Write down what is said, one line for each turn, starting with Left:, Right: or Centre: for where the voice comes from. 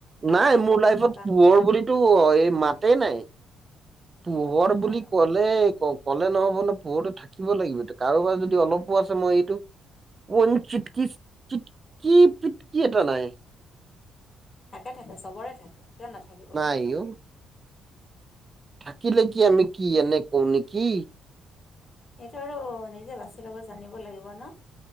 Left: কাৰো
Right: নাই মোৰ লাইফত
Left: নথকা
Right: পোহৰ
Left: নহয়,
Right: বুলি- টো এই মাতে নাই।
Left: সেইটো
Right: পোহৰ
Left: কথা
Right: বুলি
Left: আৰু।
Right: ক- লে ক'লে নহ'ব ন, পোহৰটো থাকিব লাগিব, কাৰোবাৰ যদি অলপো আছে মই এইটো- ৱান চিটকি চিটকি পিটকি এটা নাই।
Left: থাকে থাকে চবৰে থাকে, কিয় নাথাকিব?
Right: এই অ'। থাকিলে কি আমি কি এনে কওঁ নেকি?
Left: সেইটো আৰু নিজে বাচি ল'ব জানিব লাগিব ন?